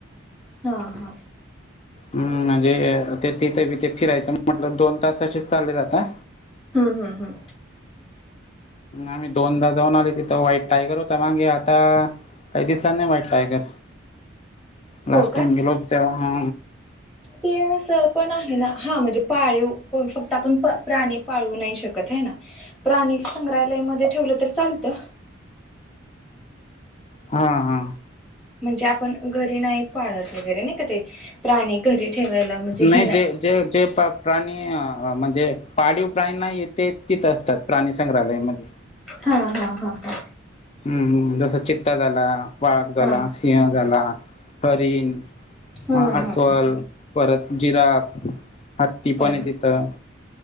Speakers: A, in the centre; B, on the left (about 30°).
A: हा हा.
B: अं म्हणजे ते तिथे फिरायचं म्हटलं, दोन तासाचे चालले जाता.
A: हम्म हम्म हम्म.
B: आम्ही दोनदा जाऊन आलोय तिथं, व्हाईट टायगर होता मागे आता काही दिसाय नाही व्हाईट टायगर. लास्ट
A: हो
B: टाइम गेलो होतो तेव्हा
A: तो विषय पण आहे ना, हा म्हणजे पाळीव फक्त आपण प्राणी पाळू नाही शकत होय ना. प्राणी संग्रहालयमध्ये ठेवलं तरी चालतं.
B: हा, हा.
A: म्हणजे आपण घरी नाही पाळत वगैरे नाही का ते प्राणी घरी ठेवायला. म्हणजे
B: नाही
A: हे
B: जे जे जे प्राणी अ म्हणजे पाळीव प्राणी नाहीयेत. ते तिथं असतात, प्राणी संग्रहालयमध्ये.
A: हाव, हा हा हा.
B: हम्म हम्म, जसं चित्ता झाला. वाघ झाला,
A: हा
B: सिंह झाला. हरीण,
A: हा
B: हं
A: हा
B: अस्वल
A: हा
B: परत जिराफ, हत्तीपण
A: हो हा
B: आहे तिथं,